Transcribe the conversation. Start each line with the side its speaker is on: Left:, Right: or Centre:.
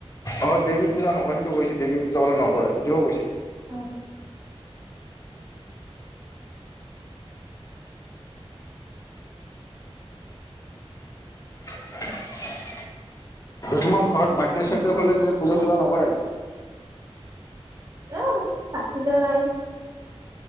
Left: অ দেৱী পূজা নকৰে সেইটোও কৈছে দেৱী পূজা বোলে নকৰে এইটোও কৈছে।
Right: উম।
Left: <inaudible> তোমাৰ ঘৰত বাৰ্থডে চাৰ্থডে হলে পূজা চূজা নকৰে?
Right: এ চাকি জ্বলাই।